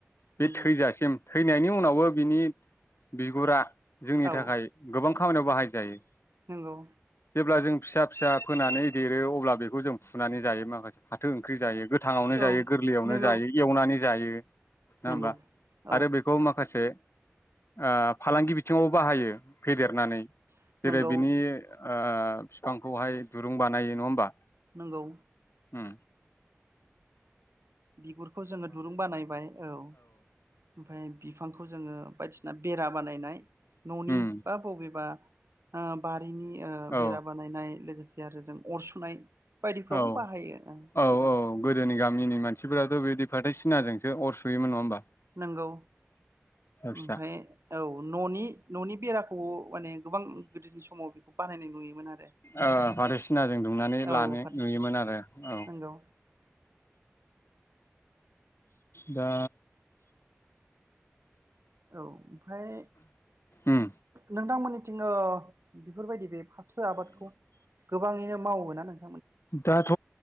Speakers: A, on the left; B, on the right.
A: बे
B: नंगौ
A: थैजासिम थैनायनि उनावबो बिनि बिगुरा जोंनि
B: औ
A: थाखाय गोबां खामानियाव बाहाय जायो
B: नंगौ
A: जेब्ला जों फिसा फिसा फोनानै देरो अब्ला बेखौ जों फुनानै जायो माखासे फाथो ओंख्रि जायो थाङावनो
B: औ
A: जायो गोरलैयावनो
B: नंगौ
A: जायो एवनानै जायो। नङा
B: नंगौ
A: होनबा
B: औ
A: आरो बेखौ माखासे आ फालांगि बि बिथिंङाव बाहायो। फेदेरनानै
B: नंगौ
A: जेरै बिनि आ बिफांखौहाय दुरुं बानायो नंङा होमबा।
B: नोंगौ।
A: उम
B: बिगुरखौ जोङो दुरुं बानायबाय औ। ओमफफ्राय बिफांखौ जोङो बायदिसिना बेरा बानायनाय। ननि
A: उम
B: बा बबेबा। ओ बाद। बैनि ओ
A: औ
B: बेरा बानायनाय लोगोसे जे आरो जों अर सुनाय। बायदिफ्रावबो
A: औ
B: बाहायो ओ
A: औ
B: बिफांखौ
A: औ गोदोनि गामिनि मानसिफोराथ बिदि फाथोय सिनाजोंसो अर सुयोमोन नङा होनबा!
B: नंगौ
A: फिसा
B: ओमफाय औ न'नि न'नि बेराखौ माने गोबां गोदोनि समाव बानायनाय नुयोमोन आरो
A: ओ‌ फाथोसिना जों दुंनानै
B: औ
A: लानो
B: फाथो
A: नुयोमोन
B: सिनाजों
A: आरो औ
B: नंगौ
A: दा
B: औ ओमफ्राय
A: उम
B: नोंथांमोननि थिंअ बेफोर बायदि बे फोर आबादखौ गो गोबाङैनो मावोना नोंथाङाबो
A: दाथ